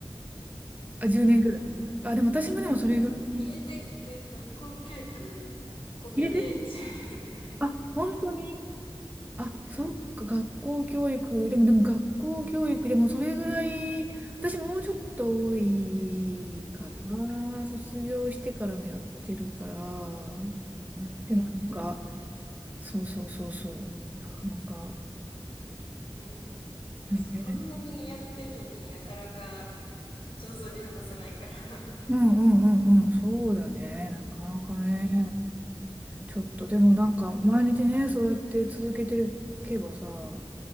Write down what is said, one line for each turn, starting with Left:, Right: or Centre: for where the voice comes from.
Right: あ、10年ぐらいあ、
Left: いや、
Right: でも私もでもそれぐらいに。
Left: うん、入れて、で、学校教育込みで10年ぐらい。
Right: 入れてあ、本当にあ、
Left: うんうん。
Right: そっか、学校教育。でも、でも学校教育でもそれぐらい、私もうちょっと多いかな。
Left: うんうん。
Right: 卒業してからもやってるから。
Left: そうだよね。
Right: でもなんか、そうそうそうそう。なかなか
Left: うんうん。いや、
Right: ね。
Left: そこんなにやってるのになかなか上手に話せないから。
Right: うんうんうんうん。そうだね。なかなかね。
Left: うん。
Right: ちょっとでもなんか、毎日ね、そうやって続けていけばさ、